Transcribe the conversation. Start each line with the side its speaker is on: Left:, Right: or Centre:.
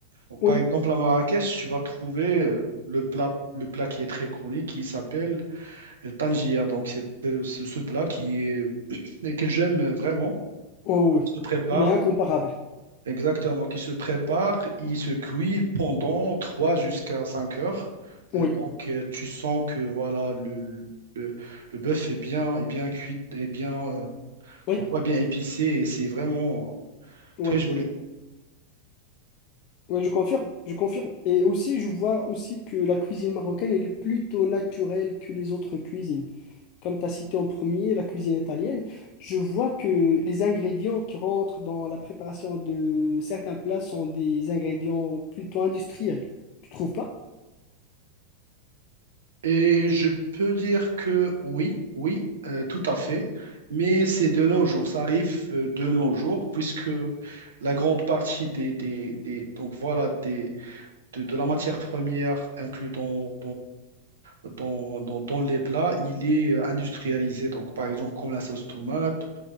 Right: Donc,
Left: oui,
Right: par exemple à Marrakech, tu vas trouver euh, le plat, le plat qui est très connu qui s'appelle euh, Tangier. Donc c'est euh, ce ce plat qui est <coughs> <clears throat> et que j'aime vraiment
Left: oh, oui.
Right: se prépare
Left: Il est incomparable.
Right: Exactement, qui se prépare, il se cuit pendant 3 jusqu'à 5 heures.
Left: Oui,
Right: Et donc, euh, tu sens que voilà, le, le, le bœuf est bien, est bien cuit, est bien, euh,
Left: oui,
Right: on voit bien épicé et c'est vraiment
Left: oui.
Right: très joli.
Left: Oui, je confirme, je confirme. Et aussi, je vois aussi que la cuisine marocaine, elle est plutôt naturelle que les autres cuisines. Comme tu as cité en premier, la cuisine italienne, je vois que les ingrédients qui rentrent dans la préparation de certains plats sont des ingrédients plutôt industriels. Tu trouves pas?
Right: Et je peux dire que oui, oui, euh, tout à fait. Mais c'est de nos jours, ça arrive euh, de nos jours, puisque la grande partie des, des, des- donc voilà, des, de, de la matière première inclue dans, dans, dans- dans les plats, il est euh, industrialisé. Donc, par exemple, comme la sauce tomate